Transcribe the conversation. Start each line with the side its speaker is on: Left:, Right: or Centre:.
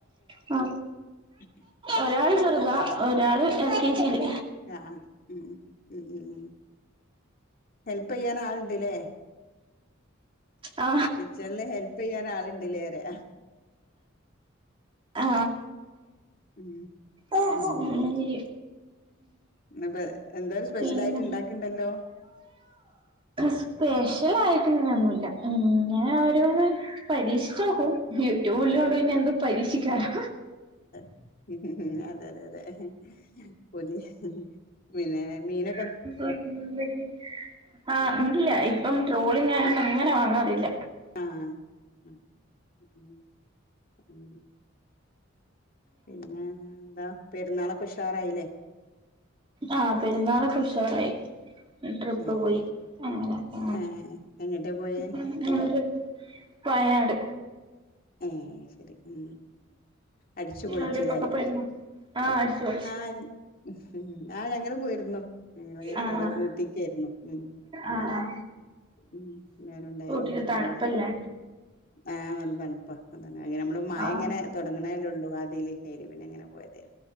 Right: ആ
Left: <unintelligible>
Right: ഒരാള് ചെറുതാ ഒരാള് എൽ കെ ജിയില്
Left: ആ ഉം ഉം ഉം ഉ ഹെൽപ് ചെയയ്യന് ആൾട്ടില്ലേ
Right: ആ
Left: കിച്ചണില് ഹെൽപ് ചെയ്യാൻ ആളുണ്ടല്ലേറെ
Right: ആ
Left: ഉം
Right: ഉ
Left: ഏഹ്
Right: ഹെ
Left: ഇന്നിപ്പോ എന്തോ സ്പെഷ്യൽ
Right: പിന്നെ
Left: ആയിട്ട് ഇണ്ടാക്ക്ണ്ടല്ലോ
Right: സ്പെഷ്യല ആയിട്ട് ഇങ്ങനെന്നുല്ല ഇങ്ങനെ ഓരോന്ന് പരീക്ഷിച്ചു നോക്കും യൂട്യൂബിലോണ്ട് പിന്നെ എന്തും പരീക്ഷികാലോ
Left: ഉ ഉ ഉ ഉ അതെ അതെ അതെ പുതിയ പിന്നെ മീന
Right: <unintelligible> ആ ഉണ്ടില്ല ഇപ്പം ട്രോളി പിന്നെ അങ്ങനെ വാങ്ങാറില്ല
Left: ആഅ ഉ ഉ പിന്നെ എന്താ പെരുന്നാളൊക്കെ ഉഷാറായില്ലേ
Right: അ പെരുന്നാളെക്കെ ഉഷാറായി ട്രിപ്പ്
Left: ഏഹ്
Right: പോയി അങ്ങനെയൊക്കെ
Left: ഏഹ് എങ്ങട്ടാ പോയേ
Right: അങ്ങനെയ വയനാട്
Left: ഏ ശരി ഉ അടിച്ചു
Right: നിങ്ങൾ
Left: പൊളിച്ചില്ലേ
Right: ട്രിപ്പൊക്കെ പോയിരുന്നോ ആഹ് അടിച്ചു പൊളിച്ച്
Left: ആ ഉ ആ ഞങ്ങൾ പോയിരുന്നു ഞങ്ങൾ
Right: ആഹ്
Left: ഇവിടെ ഊട്ടിക്കായിരുന്നു ഉ
Right: ആഹ്
Left: ഉ എല്ലാറുണ്ടായിരുന്നു
Right: ഊട്ടില് തണുപ്പല്ലേ
Left: പിന്നെ ആ നല്ലതണുപ്പാ അതന്നെ അങ്ങനെ നമ്മള് മഴ
Right: ആഹ്
Left: ഇങ്ങനെ തുടങ്ങണേ ഉള്ളൂ ആദ്യല് അയിൽ ങ്ങനെ പോയത്